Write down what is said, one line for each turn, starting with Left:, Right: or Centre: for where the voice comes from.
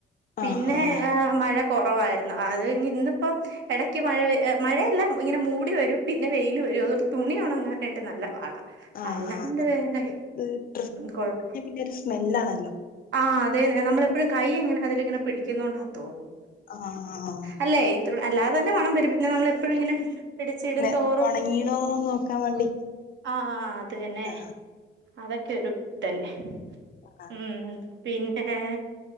Right: പിന്നെ
Left: ആഹ് ആഹ്
Right: മഴ കുറവായിരുന്നു അത് ഇന്നിപ്പം ഇടയ്ക്ക് മഴ മഴയെല്ലാം ഇങ്ങനെ മൂടി വരും പിന്നെ വെയിൽ വരും അതുകൊണ്ട് തുണിയണ അങ്ങനായിട്ട് നല്ല പാടാ
Left: ആഹ്
Right: അല്ലാണ്ട്
Left: ആ
Right: വേറെ
Left: ഡ്ര
Right: കുഴപ്പ
Left: പിന്നരു സ്മെല്ലാണല്ലോ
Right: ആ അത നളെഴും കൈ ഇങ്ങനെ അതിലിങ്ങനെ പിടിക്കുന്നു കൊണ്ടാെന്ന് തോന്നുന്നു
Left: ആഹ് ആഹ് ആഹ്
Right: അല്ലെ ഇ അല്ലാതെ തന്നെ മണം പരുമ പിന്നെ നമ്മള എപ്പോഴും ഇങ്ങനെ പിടിച്ച ഇടുംന്തോറും
Left: നെ ഒണങ്ങീണോ നോക്കാൻ വേണ്ടി
Right: ആഹ അത് തന്നെ
Left: ആഹ്
Right: അതൊക്കെരു ഇതല്ലേ
Left: ആഹ്
Right: ഉം പിന്നെ